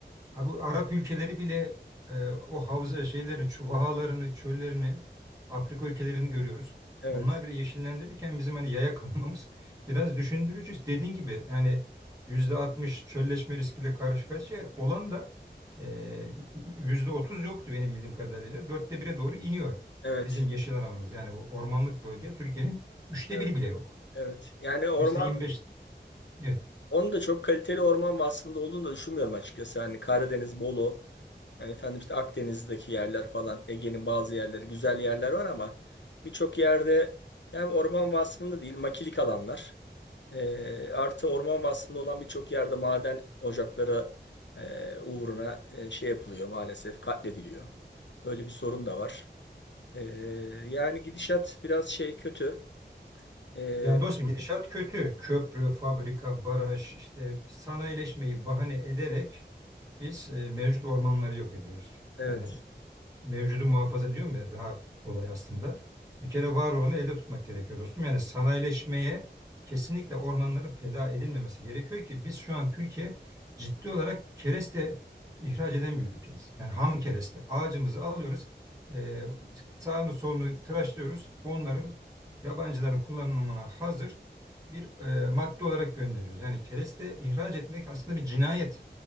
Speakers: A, on the right; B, on the left.
A: Ha, bu Arap ülkeleri bile e, o havza şeylerini, çu- vahalarını, çöllerini, Afrika ülkelerini görüyoruz.
B: Evet,
A: Onlar bile yeşillendirirken bizim hani yaya kalmamız <laughs> biraz düşündürücü. Dediğin gibi yani %60 çölleşme riskiyle karşı karşıya olan da e, %30 yoktu benim bildiğim kadarıyla. Dörtte bire doğru iniyor
B: evet,
A: bizim yeşil alanımız. Yani bu ormanlık bölge Türkiye'nin üçte
B: evet,
A: biri bile yok.
B: evet. Yani orman,
A: Kesinlikle. %25 evet.
B: onun da çok kaliteli orman vasfında olduğunu da düşünmüyorum açıkçası. Hani Karadeniz, Bolu, Yani efendim işte Akdeniz'deki yerler falan, Ege'nin bazı yerleri güzel yerler var ama birçok yerde hem orman vasfında değil makilik alanlar e, artı orman vasfında olan birçok yerde maden ocakları e, uğruna e, şey yapılıyor maalesef katlediliyor. Böyle bir sorun da var. E, yani gidişat biraz şey kötü. E,
A: Yani dostum gidişat kötü. Köprü, fabrika, baraj, işte sanayileşmeyi bahane ederek biz e, mevcut ormanları yok ediyoruz.
B: evet
A: Yani mevcudu muhafaza diyorum ya daha kolay aslında. Bir kere var olanı elde tutmak gerekiyor dostum. Yani sanayileşmeye kesinlikle ormanların feda edilmemesi gerekiyor ki biz şu an Türkiye ciddi olarak kereste ihraç eden bir ülkeyiz. Yani ham kereste. Ağacımızı alıyoruz, e, sağını solunu tıraşlıyoruz. Onların yabancıların kullanımına hazır bir e, madde olarak gönderiyoruz. Yani kereste ihraç etmek aslında bir cinayet.